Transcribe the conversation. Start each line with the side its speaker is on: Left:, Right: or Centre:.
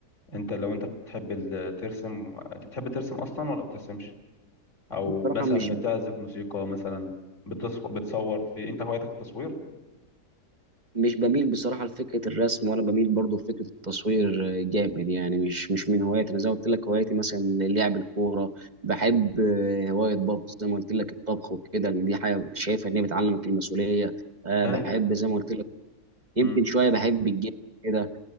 Left: انت لو انت بتحب ال- ترسم انت بتحب ترسم اصلا ولا بترسمش او
Right: بصراحه
Left: مثلا
Right: مش
Left: بتعزف موسيقى مثلا بتصف... بتصور في انت هوايتك التصوير
Right: مش بميل بصراحة لفكرة الرسم ولا بميل برضه لفكرة التصوير آه، جامد يعني مش مش من هواياتي أنا زي ما قلت لك هواياتي مثلا لعب الكورة بحب آه، هواية برضه زي ما قلت لك الطبخ وكده لأن دي حاجة شايفة إن هي بتعلمك المسؤولية آه،
Left: ده
Right: بحب زي ما قلت لك يمكن
Left: امم
Right: شوية بحب الجيم كده